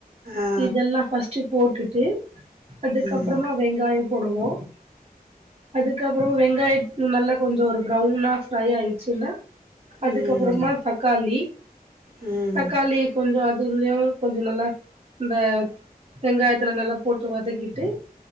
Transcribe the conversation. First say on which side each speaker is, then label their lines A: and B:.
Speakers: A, on the right (about 65°); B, on the right (about 40°).
A: ஆ
B: இதெல்லா ஃபஸ்ட் போட்டுட்டு அதுக்கப்புறமா
A: ம்
B: வெங்காய போடுவோ ஓ அதுக்கப்புறம் வெங்காயம் நல்லா கொஞ்ச ஒரு ப்ரௌனா ஃப்ரை ஆயிடுச்சுனா அதுக்கப்புறமா
A: ம்
B: தக்காளி
A: ம்
B: தக்காளி
A: ம்
B: கொஞ்ச அதுலயு கொஞ்ச நல்லா இந்த வெங்காயத்துல நல்லா போட்டு வதக்கிட்டு